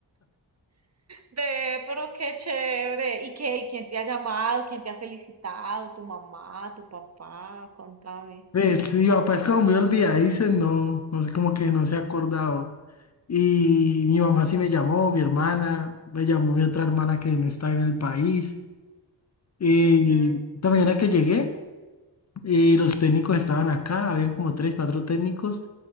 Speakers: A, on the right; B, on the left.
A: Ve, pero qué chévere. ¿Y qué? ¿Y quién te ha llamado? ¿Quién te ha felicitado? ¿Tu mamá? ¿Tu papá? Contame.
B: Pues mi papá es como muy olvidadizo, no, no sé, como que no se ha acordado. Y mi mamá sí me llamó, mi hermana, me llamó mi otra hermana que no está en el país. Y
A: Ujú.
B: esta mañana que llegué, eh, los técnicos estaban acá, habían como tres, cuatro técnicos.